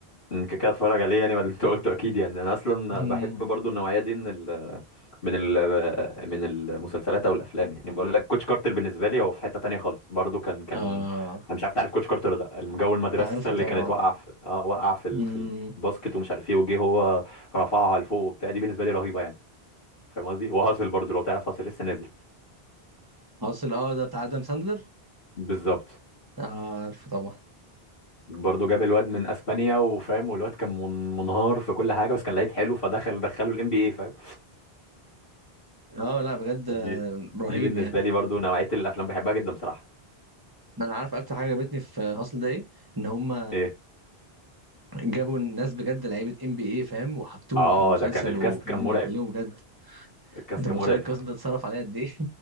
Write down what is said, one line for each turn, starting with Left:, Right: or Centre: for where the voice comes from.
Left: أمم، كده كده اتفرج عليه يعني بعد اللي انت قلته اكيد يعني انا اصلا
Right: مم.
Left: بحب برضو النوعيه دي من ال من ال من المسلسلات او الافلام يعني بقول لك كوتش كارتر بالنسبه لي هو في حته تانية خالص برضو كان كان
Right: آه
Left: انا مش عارف تعرف كوتش كارتر ولا لا الجو المدرسه
Right: عارفه
Left: اللي
Right: طبعا
Left: كانت واقعه في اه واقعه في ال-
Right: مم.
Left: في الباسكت ومش عارف ايه وجه هو رفعها لفوق وبتاع دي بالنسبه لي رهيبه يعني فاهم قصدي وهاصل برضو لو تعرف هاصل لسه نازل
Right: أصل اه ده بتاع آدم ساندلر
Left: بالظبط
Right: آه عارفه طبعا
Left: برضه جاب الواد من اسبانيا وفاهم والواد كان من- منهار في كل حاجه بس كان لعيب حلو فدخل دخله الام بي اي فاهم
Right: اه لا بجد آه،
Left: دي دي
Right: رهيب
Left: بالنسبه
Right: يعني
Left: لي برضو نوعيه الافلام بحبها جدا بصراحه
Right: ما انا عارف اكتر حاجه عجبتني في هاسل ده ايه ان هم
Left: ايه
Right: جابوا ناس بجد لعيبه ام بي اي فاهم وحطوهم
Left: اه
Right: في المسلسل
Left: ده كان الكاست
Right: اه لا وكانوا
Left: كان مرعب
Right: بيتكلموا بجد
Left: الكاست
Right: انت
Left: كان
Right: متخيل
Left: مرعب
Right: القسم ده اتصرف عليه قد ايه؟